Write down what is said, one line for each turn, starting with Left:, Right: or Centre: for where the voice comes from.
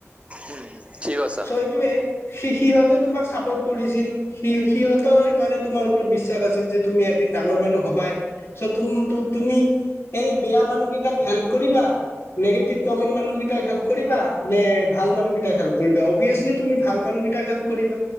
Right: উম ঠিক কৈছা
Left: চটোৱে সি সিহঁতে তোমাক চাপৰ্ট কৰিছিল স সিহতৰ মানে তোমাৰ ওপৰত বিশ্বাস আছিল যে তুমি এদিন ডাঙৰ মানুহ হ'বা। চঅ, তুমি এই বেয়া মানুহ কেইটাত হেল্প কৰিবা নিগেটিভ কমেন মানুহকেই হেল্প কৰিবা নে ভাল মানুহকেই হেল্প কৰিবা অভিয়াচলি তুমি ভাল মানুহ- মানুহ কিতাক হেল্প কৰিবা